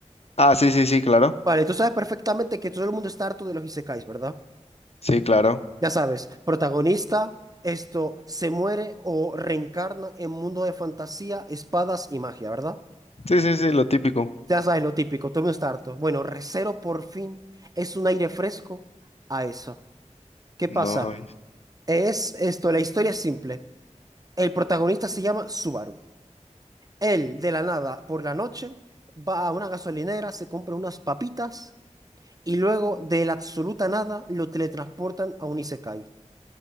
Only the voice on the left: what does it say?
Ah, sí, sí, sí, claro.
Sí, claro.
Sí, sí, sí, lo típico.
No,